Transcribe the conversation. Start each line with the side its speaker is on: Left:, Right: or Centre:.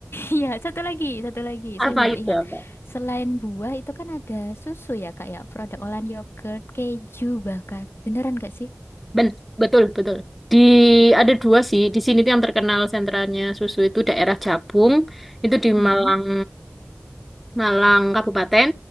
Left: Iya, satu lagi, satu lagi. Saya
Centre: apa
Left: baru
Centre: itu
Left: ingat.
Centre: apa
Left: Selain buah itu kan ada susu ya, Kak ya. Produk olahan yogurt, keju bahkan. Beneran gak sih?
Centre: Ben, betul betul di ada dua sih di sini tuh yang terkenal sentralnya susu itu daerah Jabung itu di
Left: Mm-mm.
Centre: Malang Malang Kabupaten,